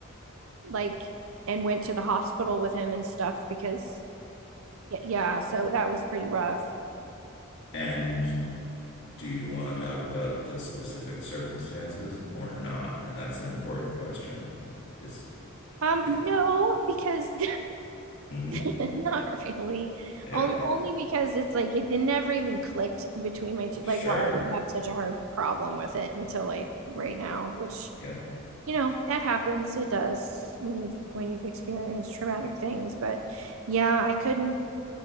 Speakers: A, on the right (about 75°); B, on the left (about 55°).
A: like and went to the hospital with him and stuff because yeah, yeah, so that was pretty rough.
B: And do you want to talk about the specific circumstances or not? And that's an important question because
A: Um,
B: it,
A: no, because <laughs>
B: hmm
A: <laughs> Not really.
B: yep,
A: On- only because it's like it didn't ever even clicked between my two,
B: sure.
A: like why I have such a hard problem with it until like right now, which
B: Yeah.
A: you know, that happens. It does when you've when you've experienced traumatic things. But yeah, I couldn't